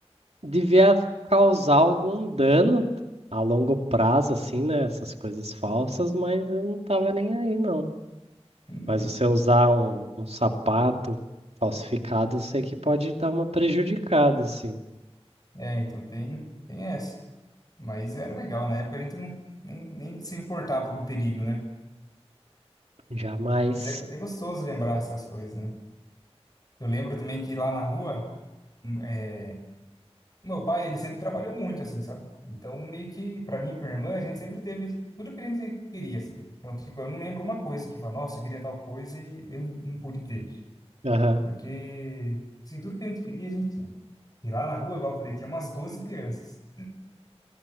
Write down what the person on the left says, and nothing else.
uhum.
É, então tem, tem essa. Mas era legal, na época a gente não, nem, nem se importava com o perigo, né?
Mas é, é gostoso lembrar essas coisas, né? Eu lembro também que lá na rua, hum, é, meu pai, ele sempre trabalhou muito, assim, sabe? Então, meio que, pra mim e pra minha irmã, a gente sempre teve tudo que a gente queria, assim. Então, tipo, eu não lembro uma coisa que fala, nossa, eu queria tal coisa e eu não, não pude ter.
Porque, assim, tudo que a gente queria, a gente tinha. E lá na rua, igual eu falei, tinha umas 12 crianças.